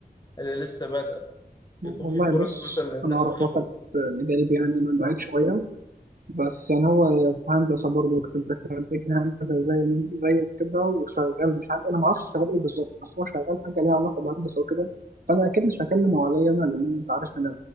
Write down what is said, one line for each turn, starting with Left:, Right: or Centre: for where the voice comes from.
Left: اللي لسه بادئة بيكون
Right: والله
Left: في فرص
Right: بص
Left: مثلا للناس
Right: انا اعرف
Left: الخبرة
Right: واحد جانبي يعني من بعيد شوية بس يعني هو في هندسة برضه كده خريج هندسة زي زيك كده وشغال مش عارف انا ما اعرفش شغال ايه بالظبط بس هو شغال حاجة ليها علاقة بهندسة وكده فانا اكيد مش هكلمه عليا انا لان انت عارف انا